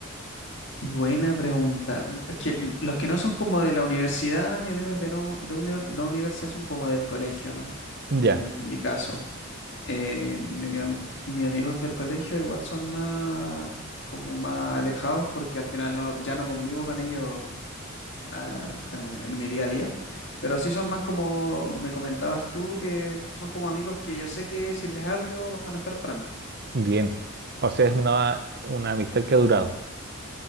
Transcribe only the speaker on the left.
Buena pregunta. Mm, Es que mm, los que no son como de la universidad, mis amigos de no, de uni- no universidad son como del colegio, ¿no?
En mi caso. Eh, mi ami- mis amigos del colegio igual son más como más alejados porque al final no, ya no convivo con ellos a- a- en mi día a día. Pero sí son más como me comentabas tú, que son como amigos que yo sé que si les hablo van a estar para mí.